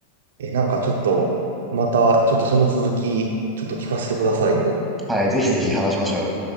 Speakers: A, on the right; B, in the centre.
A: え、なんかちょっと、またちょっとその続き、ちょっと聞かせてくださいよ。
B: はい、ぜひぜひ話しましょう。